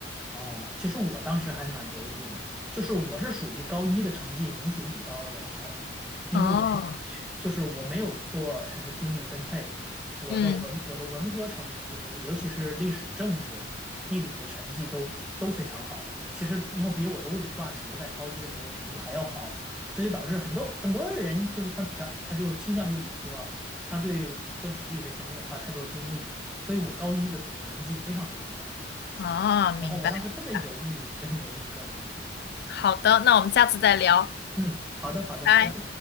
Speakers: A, in the centre; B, on the left (about 60°).
A: 哦，其实我当时还蛮犹豫的，就是我是属于高一的成绩明显比高二要好，因为我是去，
B: 哦，
A: 就是我没有做什么精力分配，我的文我的文科成绩就是尤其是历史、
B: 嗯，
A: 政治、地理的成绩都都非常好，其实要比我的物理化学在高一的时候的成绩还要好，这就导致很多很多人就是他调他就倾向于理科，他对政史地这些没有花太多精力，所以我高一的总成绩非常非常好。
B: 哦，
A: 然后我当时特别犹豫分文理科的问题。
B: 明白明白。好的，那我们下次再聊，
A: 嗯，好的，好的，
B: 拜。
A: 拜拜